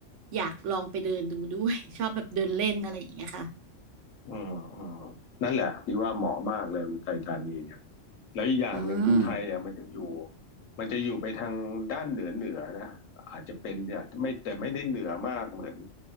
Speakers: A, on the right (about 75°); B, on the left (about 85°).
A: อยากลองไปเดินดูด้วย <laughs> ชอบแบบเดินเล่นอะไรอย่างเงี้ยค่ะ
B: อืมอืมนั่นแหละพี่ว่าเหมาะมากเลยอุทัยธานีเนี่ยแล้วอีกอย่างหนึ่งอุทัยอ่ะมันจะอยู่
A: อืม
B: มันจะอยู่ไปทางด้านเหนือเหนือนะอาจจะเป็นเนี่ยไม่แต่ไม่ได้เหนือมากเหมือน